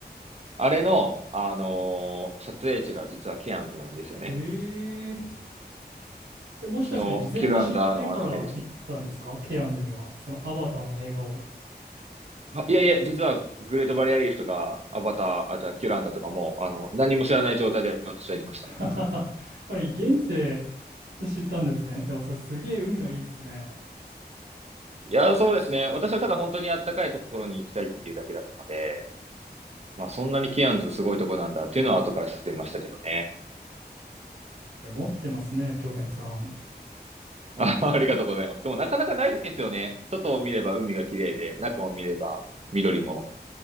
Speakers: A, on the right; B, on the right.
A: あれの、あのー撮影地が実はケアンズなんですよね。
B: へえ。え、もしかして事前に知ってから行ってたんですかケアンズには。
A: その、キュランダーのあの辺ですね。
B: そのアバターの映画を。
A: あいやいや、実はグレートバリアリーフとか、アバター、あ、じゃあキュランダとかも、あの、何も知らない状態で私は行きました。
B: <laughs> つまり現地で知ったんですね。でもそれすげえ運がいいですね。
A: いや、そうですね。私はただ本当にあったかいところに行きたいっていうだけだったので、まあそんなにケアンズすごいとこなんだっていうのは後から知ってましたけどね。
B: いや、持ってますね、恭平さん。
A: あ、<laughs> ありがとうございます。でもなかなかないですよね。外を見れば海が綺麗で、中を見れば緑も、